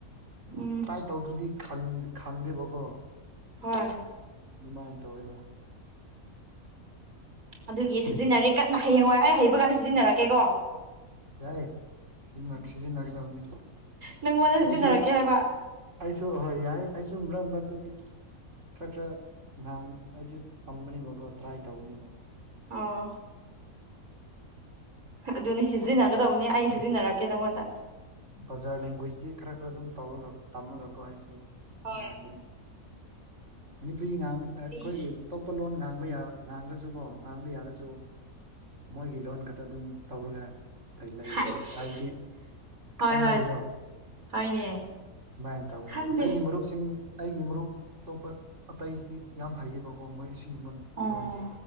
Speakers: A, on the right (about 80°); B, on the right (about 55°).
A: ꯎꯝ
B: ꯇ꯭ꯔ‌ꯥꯏ ꯇꯧꯗ꯭ꯔꯗꯤ ꯈꯪ ꯈꯪꯗꯦꯕꯀꯣ
A: ꯍꯣꯏ
B: ꯗꯨꯃꯥꯏꯅ ꯇꯧꯔꯦꯕ
A: ꯑꯗꯨꯒꯤ ꯁꯤꯖꯤꯟꯅꯔꯤ ꯀꯟꯅ ꯍꯌꯦꯡꯋꯥꯏ ꯑꯩ ꯍꯩꯕ ꯀꯥꯟꯗ ꯁꯤꯖꯤꯟꯅꯔꯛꯀꯦꯀꯣ
B: ꯌꯥꯏ ꯁꯤꯖꯤꯟꯅ ꯁꯤꯖꯤꯟꯅꯒꯗꯕꯅꯤ
A: ꯅꯪꯉꯣꯟꯗ ꯁꯤꯖꯤꯟꯅꯔꯛꯀꯦ
B: ꯑꯩꯁꯨ
A: ꯍꯥꯏꯕ
B: ꯑꯩꯁꯨ ꯍꯣꯏ ꯌꯥꯏ ꯑꯩꯁꯨ ꯃꯔꯛ ꯃꯔꯛꯇꯗꯤ ꯈꯔ ꯈꯔ ꯉꯥꯡ ꯑꯩꯖꯨ ꯇꯝꯕꯅꯦꯕꯀꯣ ꯇ꯭ꯔꯥꯏ ꯇꯧꯕꯅꯦꯕ
A: ꯑꯧ ꯑꯗꯨꯅꯤ ꯁꯤꯖꯤꯟꯅꯒꯗꯧꯕꯅꯤ ꯑꯩ ꯁꯤꯖꯤꯟꯅꯔꯛꯀꯦ ꯅꯉꯣꯟꯗ
B: ꯕꯖꯥꯔ ꯂꯦꯡꯒ꯭ꯋꯦꯖꯇꯤ ꯈꯔ ꯈꯔ ꯑꯗꯨꯝ ꯇꯧꯔꯒ ꯇꯝꯃꯒꯀꯣ ꯑꯩꯁꯨ
A: ꯍꯣꯏ
B: ꯉꯥꯡꯕꯅꯤ ꯃꯅꯤꯄꯨꯔꯤ ꯉꯥꯡꯕ ꯑꯥ
A: ꯑꯩ
B: ꯈꯣꯏꯒꯤ ꯑꯇꯣꯞꯄ ꯂꯣꯟ ꯉꯥꯡꯕ ꯌꯥꯕ ꯉꯥꯡꯂꯁꯨꯀꯣ ꯉꯥꯡꯕ ꯌꯥꯔꯁꯨ ꯃꯣꯏꯒꯤ ꯂꯣꯟ ꯈꯛꯇ ꯑꯗꯨꯝ ꯇꯧꯔꯒ ꯂꯩꯕꯅꯤ
A: ꯍꯥꯏꯁ
B: ꯍꯥꯏꯕꯗꯤ ꯈꯪꯅꯕꯗꯣ
A: ꯍꯣꯏ ꯍꯣꯏ ꯍꯣꯏꯅꯦ
B: ꯑꯗꯨꯃꯥꯏ ꯇꯧꯒꯗꯕꯅꯦ
A: ꯈꯪꯗꯦ
B: ꯑꯩꯒꯤ ꯃꯔꯨꯞ ꯁꯤꯡ ꯑꯩꯒꯤ ꯃꯔꯨꯞ ꯑꯇꯣꯞꯄ ꯑꯇꯩꯁꯤ ꯌꯥꯝ ꯍꯩꯌꯦꯕꯀꯣ ꯃꯣꯏ ꯁꯤꯒꯨꯝꯕ
A: ꯑꯣ
B: ꯂꯣꯟꯖꯦ